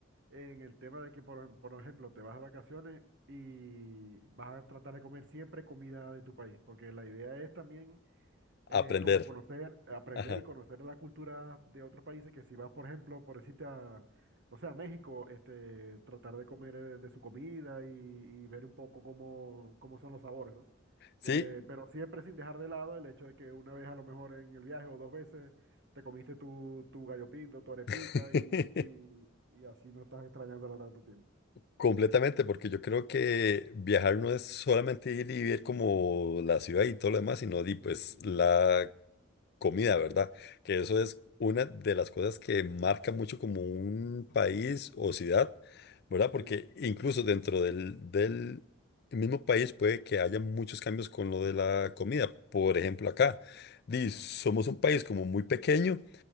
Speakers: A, on the right; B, on the left.
A: en el tema de que, por, por ejemplo, te vas de vacaciones y vas a tratar de comer siempre comida de tu país, porque la idea es también eh,
B: Aprender.
A: como conocer, aprender
B: Ajá.
A: y conocer la cultura de otros países, que si vas, por ejemplo, por decirte a, no sé, a México, este, tratar de comer eh, de su comida y, y ver un poco cómo, cómo son los sabores, ¿no?
B: Sí,
A: Eh, pero siempre sin dejar de lado el hecho de que una vez a lo mejor en el viaje o dos veces te comiste tu, tu gallo pinto, tu arepita
B: <laughs>
A: y, y, y así no estás extrañándola tanto tiempo.
B: Completamente, porque yo creo que viajar no es solamente ir y ver como la ciudad y todo lo demás, sino di, pues
A: Sí, sí,
B: la comida, ¿verdad? Que eso
A: sí,
B: es una de las cosas que marca mucho como un país o ciudad, ¿verdad? Porque
A: sí,
B: incluso dentro del, del mismo país puede que haya muchos cambios con lo de la comida. Por ejemplo, acá, di,
A: ajá.
B: somos un país como muy pequeño.